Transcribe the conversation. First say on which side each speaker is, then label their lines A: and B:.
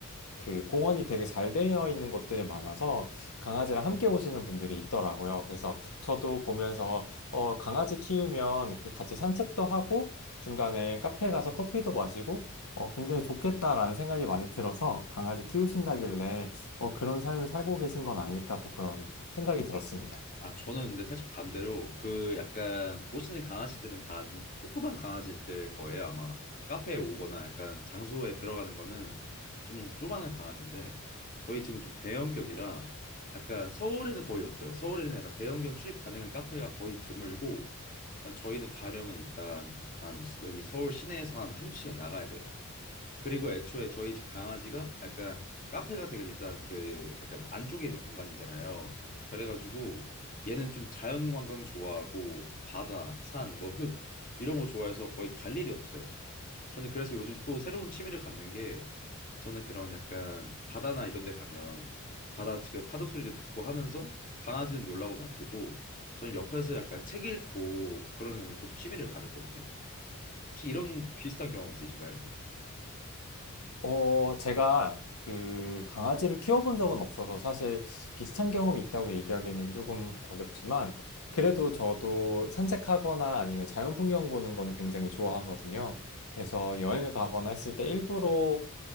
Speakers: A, on the left; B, on the left.
A: 그 공원이 되게 잘 되어 있는 곳들이 많아서 강아지랑 함께 오시는 분들이 있더라고요. 그래서 저도 보면서 어, 강아지 키우면 이렇게 같이 산책도 하고 중간에 카페 가서 커피도 마시고 어, 굉장히 좋겠다라는 생각이 많이 들어서 강아지 키우신다길래 어, 그런 삶을 살고 계신 건 아닐까 또 그런 생각이 들었습니다.
B: 아, 저는 근데 살짝 반대로 그 약간 보시는 강아지들은 다 좀 조그만 강아지일 거예요, 아마. 카페에 오거나 약간 장소에 들어가는 거는 좀 조그만한 강아지인데 저희 집은 좀 대형견이라 약간 서울에는 거의 없어요. 서울에는 약간 대형견 출입 가능한 카페가 거의 드물고 그다음 저희는 가려면 일단 한 시- 여기 서울 시내에서 한 한두 시간 나가야 돼요. 그리고 애초에 저희 집 강아지가 약간 카페가 되게 일단 그 약간 안쪽에 있는 공간이잖아요. 그래가지고 얘는 좀 자연 관광 좋아하고 바다, 산, 뭐 흙 이런 거 좋아해서 거의 갈 일이 없어요. 저는 그래서 요즘 또 새로운 취미를 갖는 게 저는 그런 약간 바다나 이런 데 가면 바다 그 파도 소리도 듣고 하면서 강아지는 놀라고 놔두고 저는 옆에서 약간 책 읽고 그러는 걸 좀 취미를 가졌거든요. 혹시 이런 비슷한 경험 있으신가요?
A: 어, 제가 그 강아지를 키워본 적은 없어서 사실 비슷한 경험이 있다고 얘기하기는 조금 어렵지만 그래도 저도 산책하거나 아니면 자연 풍경 보는 거는 굉장히 좋아하거든요. 그래서 여행을 가거나 했을 때 일부러